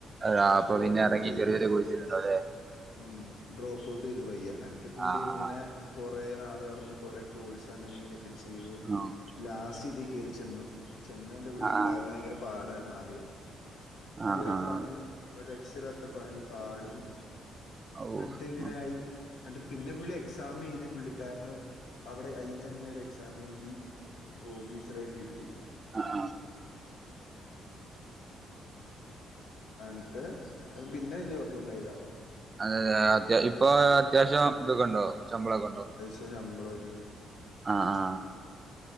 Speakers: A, on the right; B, on the left.
A: ആ അപ്പൊ
B: ഡ്രോപ്പ്
A: പിന്നെ ഇറങ്ങി
B: ഔട്ട് ചെയ്തു
A: ചെറിയൊരു കോഴ്സെയ്തിട്ടുണ്ടാവുല്ലേ
B: ഉം ഡ്രോപ്പൗട്ടെയ്തു പയ്യെ എന്നിട്ട് പുള്ളി
A: ആഹ്
B: ഇങ്ങനെ കൊറേ നാള് കടന്ന് കൊറേ കോഴ്സ് അങ്ങനിങ്ങനെയൊക്കെ ക്കെചെയ്ത്
A: ആഹ്
B: ലാസ്റ്റിതികേറിച്ചെന്നു ചെന്നയിന്റെ പുള്ളിക്കാരന്
A: ആഹ്
B: ഭയങ്കര പാടായിരുന്നാദ്യം ഭയങ്കര
A: ആഹ് ആഹ്
B: പണി ഒരു രക്ഷയില്ലാത്ത പണി പാടും
A: ഓഹ്
B: എന്നിട്ട്ങ്ങനായി എന്നിട്ട് പിന്നെ പുള്ളി എക്സാമെഴുതി പുള്ളിക്കാരനു അവിടെ അയിതന്നൊരെക്സാമെഴുതി ഓഫീസറായിട്ട് കിട്ടി
A: ആഹ്
B: എന്നിട്ട് പിന്നെ വല്ല്യ കൊയപ്പണ്ടായില്ല
A: അതെതെ അത്യാ ഇപ്പൊ അത്യാവശ്യം ഇതൊക്ക്ണ്ടോ ശമ്പളൊക്കണ്ടോ
B: ട്ട് ശമ്പളൊക്കെണ്ട്
A: ആഹ് ആഹ്